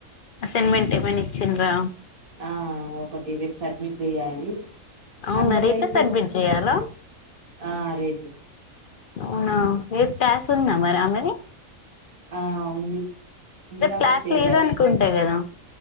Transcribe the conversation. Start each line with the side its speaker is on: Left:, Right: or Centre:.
Left: అసైన్మెంట్ ఏమైనా ఇచ్చిన్రా
Right: ఆ ఒకటి రేపు సబ్మిట్ చెయ్యాలి
Left: అవునా
Right: అందరిదయిపోయింది
Left: రేపే సబ్మిట్ చేయాలా
Right: ఆ రే
Left: అవునా రేప్ ట్యేస్ ఉంద మరి ఆమెని
Right: ఆ ఉంది ఉంది కాబట్టే
Left: క్లాస్ లేదనుకుంటా
Right: లేప్
Left: కదా